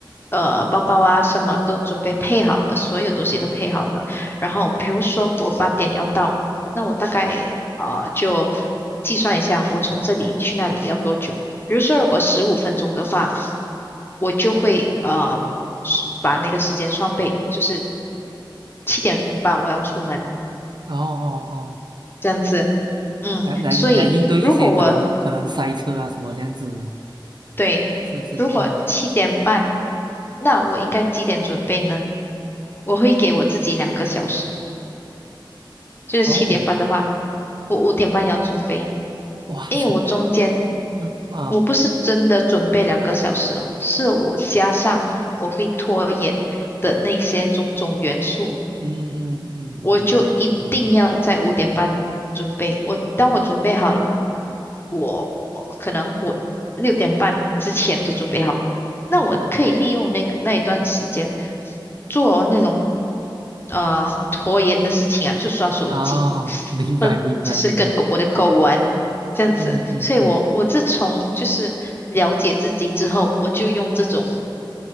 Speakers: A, on the left; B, on the right.
A: 呃，包包啊，什么都准备配好了，所有东西都配好了。然后比如说我八点要到，那我大概啊、呃就计算一下，我从这里去那里要多久。比如说，如果十五分钟的话，我就会呃是把那个时间双倍，就是七点半我要出门
B: 哦哦哦，
A: 这样子。嗯，
B: 来来来应对一些可能可能塞车啊什么这样子，
A: 所以如果我对，
B: 是是嗯，
A: 如果七点半，那我应该几点准备呢？我会给我自己两个小时，就是七点半的话，
B: 哦，
A: 我五点半要准备，
B: 哇，
A: 因为我中间
B: <laughs> 这嗯啊，
A: 我不是真的准备两个小时哦，是我加上我会拖延的那些种种元素，
B: 嗯嗯嗯，
A: 我就一定要在五点半准备。
B: 嗯明白明
A: 我当我准备好了，我可能我六点半之前都准备好了，那我可以利用那个那一段时间做那种呃拖延的事情啊，就刷手机，
B: 啊，哦明白明白明白，
A: 或者是跟狗我的狗玩这样子。
B: 嗯嗯嗯
A: 所以我我自从就是了解自己之后，我就用这种